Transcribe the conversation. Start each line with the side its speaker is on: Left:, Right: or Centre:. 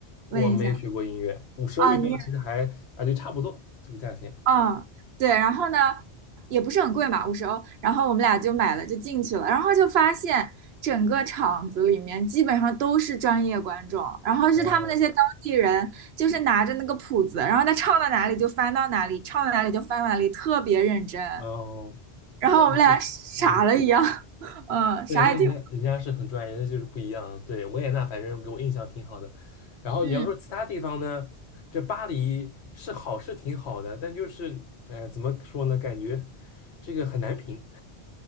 Left: 我没学过音乐，
Right: 问一下
Left: 我收欧一张其实还啊就差不多这个价钱，
Right: 啊，你也啊，对，然后呢，也不是很贵嘛，五十欧。然后我们俩就买了，就进去了，然后就发现整个场子里面基本上都是专业观众，然后是他们那些当地人，
Left: 然后
Right: 就是拿着那个谱子，然后他唱到哪里就翻到哪里，唱到哪里就翻到哪里，特别认真。
Left: 然后那你嗯
Right: 然后我们俩傻了一样，<laughs> 嗯，啥也听不
Left: 对，那人家人家是很专业，那就是不一样。对，维也纳，反正给我印象挺好的。然后你要说其他地方呢，
Right: 嗯，
Left: 这巴黎是好是挺好的，但就是，呃，怎么说呢？感觉这个很难评。